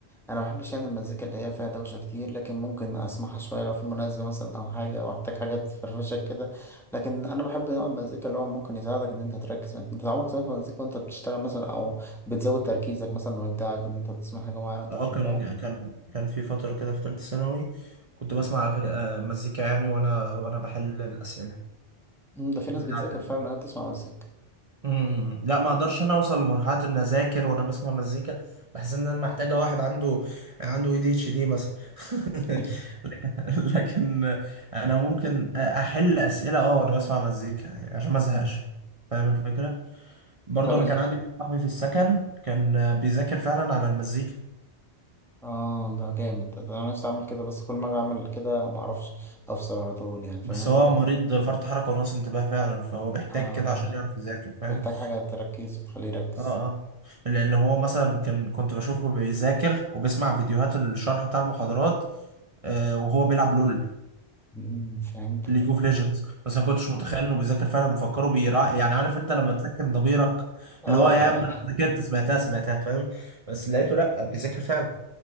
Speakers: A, in the centre; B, on the right.
A: أنا ما بحبش يعني المزيكا اللي هي فيها دوشة كتير لكن ممكن أسمعها شوية لو في مناسبة مثلا أو حاجة أو أحتاج حاجة تفرفشك كده لكن أنا بحب نوع المزيكا اللي هو ممكن يساعدك إن أنت تركز أنت عمرك سمعت مزيكا وأنت بتشتغل مثلا أو بتزود تركيزك مثلا وإبداعك إن أنت تسمع حاجة معينة أنت
B: آه،
A: بتحبها
B: كان كان كان في فترة كده في ثالثة ثانوي كنت
A: مم.
B: بسمع غ- آه، مزيكا يعني وانا وانا بحل الأسئلة
A: ده في ناس
B: بتاعتي
A: بتذاكر فعلا إنها بتسمع مزيكا
B: مم. لا ما اقدرش انا اوصل لمرحله ان اذاكر وانا بسمع مزيكا بحس ان انا محتاجه واحد عنده عنده اي دي اتش دي مثلا <laughs>
A: <laughs>
B: لكن لكن انا ممكن احل اسئله اه وانا بسمع مزيكا يعني عشان ما ازهقش
A: مم.
B: فاهم الفكره برضو
A: طب
B: انا كان عندي واحد صاحبي في السكن كان بيذاكر فعلا على المزيكا
A: اه ده جامد ده ده انا نفسي اعمل كده بس كل ما اجي اعمل كده معرفش افصل على طول يعني فاهم
B: بس هو مريض فرط حركه ونقص انتباه فعلا فهو بيحتاج
A: اه
B: كده عشان يعرف يذاكر فاهم
A: محتاج حاجة تركيز وتخليه يركز
B: اه اه لان هو مثلا كان كنت بشوفه بيذاكر وبيسمع فيديوهات الشرح بتاع المحاضرات آه وهو بيلعب لول
A: مم، فهمت
B: ليج اوف ليجندز بس ما كنتش متخيل انه بيذاكر فعلا مفكره بيرا يعني عارف انت لما تسكن ضميرك
A: اه
B: اللي هو يا عم انا
A: اه
B: ذاكرت سمعتها سمعتها فاهم بس لقيته لا بيذاكر فعلا